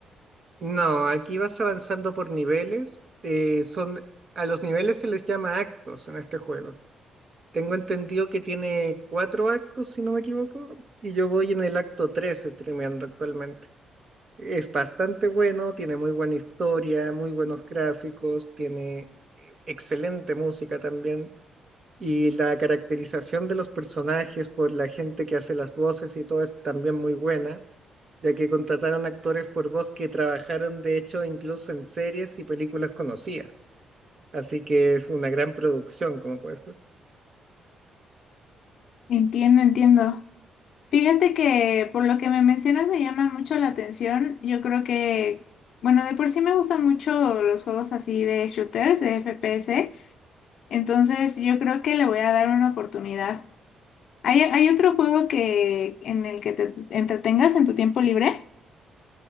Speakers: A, on the right; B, on the left.
A: No, aquí vas avanzando por niveles. eh, son, a los niveles se les llama actos en este juego. Tengo entendido que tiene cuatro actos, si no me equivoco, y yo voy en el acto 3 streameando actualmente. Es bastante bueno, tiene muy buena historia, muy buenos gráficos, tiene eh, excelente música también. Y la caracterización de los personajes por la gente que hace las voces y todo es también muy buena. ya que contrataron actores por voz que trabajaron de hecho incluso en series y películas conocidas. Así que es una gran producción, como puedes ver.
B: Entiendo, entiendo. Fíjate que por lo que me mencionas me llama mucho la atención. Yo creo que, bueno, de por sí me gustan mucho los juegos así de shooters, de FPS. Entonces, yo creo que le voy a dar una oportunidad. ¿Hay, hay otro juego que en el que te entretengas en tu tiempo libre?